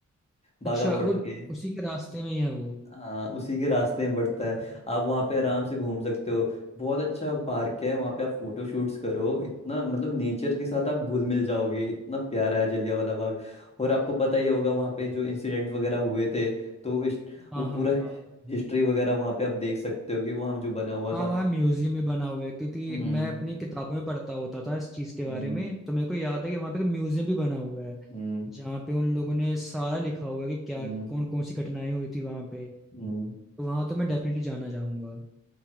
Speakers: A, on the left; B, in the centre.
A: बाघा
B: अच्छा
A: बॉर्डर
B: वो
A: के।
B: उसी के रास्ते में ही है वो
A: हाँ उसी के रास्ते में बढ़ता है आप वहाँ पे आराम से घूम सकते हो बहुत अच्छा पार्क है वहाँ पे आप फोटो शूट्स करो इतना मतलब नेचर के साथ आप घुल मिल जाओगे इतना प्यारा है जलियांवाला बाग और आपको पता ही होगा वहाँ पे जो इंसिडेंट वगैरह हुए थे तो इस,
B: हाँ
A: वो पूरा
B: हाँ हाँ
A: हिस्ट्री वगैरह वहाँ पे आप देख सकते हो कि वहाँ जो बना हुआ
B: हाँ
A: था
B: वहाँ म्यूजियम भी बना हुआ है क्योंकि
A: हम्म
B: मैं अपनी किताबों में पढ़ता होता था इस चीज के बारे
A: हम्म
B: में तो मेरे को याद है कि वहाँ पे एक म्यूजियम भी बना हुआ है
A: हम्म
B: जहाँ पे उन लोगों ने सारा लिखा हुआ है कि क्या
A: हम्म
B: कौन कौन सी घटनाएं हुई थी वहाँ पे
A: हम्म,
B: तो वहाँ तो मैं डेफिनेटली जाना चाहूंगा